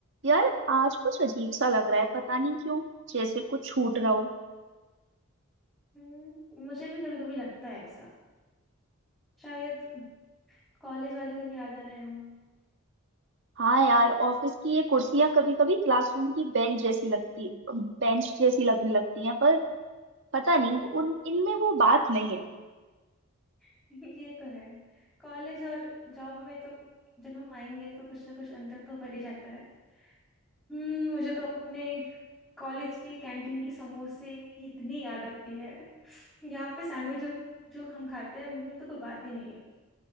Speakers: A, on the right; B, in the centre.
A: यार आज कुछ अजीब सा लग रहा है पता नहीं क्यों जैसे कुछ छूट रहा हो
B: हम्म, मुझे भी कभी कभी लगता है ऐसा शायद कॉलेज वाले दिन याद आ रहे हों
A: हाँ यार ऑफिस की ये कुर्सियां कभी कभी क्लासरूम की बेंच जैसी लगती बेंच जैसी लगने लगती हैं पर पता नहीं उन इनमें वो बात नहीं है
B: <laughs> ये तो है कॉलेज और जॉब में तो जब हम आएंगे तो कुछ ना कुछ अंतर तो पड़ ही जाता है हम्म मुझे तो अपने कॉलेज की कैंटीन की समोसे की इतनी याद आती है <laughs> यहाँ पे सैंडविच जो, जो हम खाते हैं उनकी तो कोई बात ही नहीं है